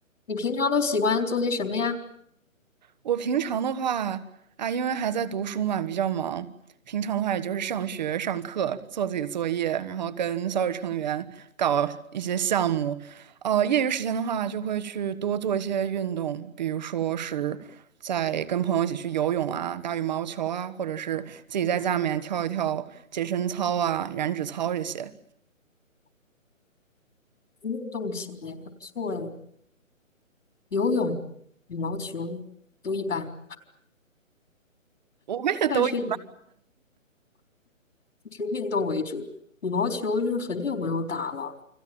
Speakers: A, on the left (about 70°); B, on the right (about 35°).
A: 你平常都喜欢做些什么呀？
B: 我平常的话啊，因为还在读书嘛，比较忙。平常的话，也就是上学、上课、做自己作业，然后跟小组成员搞一些项目。呃，业余时间的话，就会去多做一些运动，比如说是在跟朋友一起去游泳啊、打羽毛球啊，或者是自己在家里面跳一跳健身操啊、燃脂操这些。
A: 运动型的也不错哎，游泳、羽毛球都一般，
B: 我们也都有
A: 但是以就是运动为主。羽毛球就是很久没有打了，